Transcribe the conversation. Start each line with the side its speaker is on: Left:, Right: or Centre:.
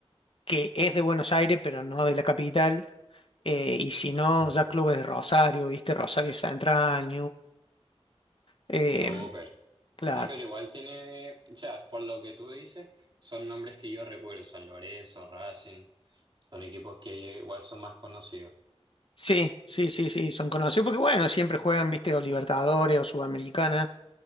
Left: que es de Buenos Aires, pero no de la capital. Eh, y si no,
Right: Mm,
Left: ya clubes de Rosario, ¿viste? Rosario Central, Eh,
Right: Súper.
Left: claro.
Right: Ah, pero igual tiene, o sea, por lo que tú dices, son nombres que yo recuerdo, San Lorenzo, Racing, son equipos que igual son más conocidos.
Left: Sí, sí, sí, sí, son conocidos porque bueno, siempre juegan, viste, o Libertadores o Sudamericana